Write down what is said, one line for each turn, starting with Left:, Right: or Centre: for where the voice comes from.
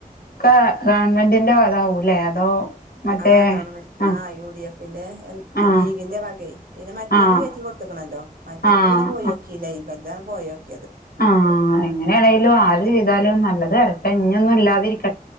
Left: ക്കെ ഗവൺമെൻ്റിന്റെ വക ആവൂലേ അതോ? മറ്റേ
Right: ആഹ്‌ ഗവൺമെന്റ്
Left: ആഹ്
Right: ആ യു ഡി എഫിന്റെ എൽ
Left: ആഹ്
Right: ലീഗിന്റെ വകെയ് പിന്നെ മറ്റോലും
Left: ആഹ്
Right: കയറ്റി കൊടുത്ത്ക്കണല്ലോ. മറ്റോൽത്
Left: ആഹ്
Right: പിന്നെ പോയി നോക്കിയില്ല ഇബൽതാണ്‌ പോയി നോക്കിയത്.
Left: ആഹ്‌ എങ്ങനാണേലും ആര് ചെയ്താലും നല്ലത് വരട്ടെ ഇഞ്ഞൊന്നും ഇല്ലാതിരിക്ക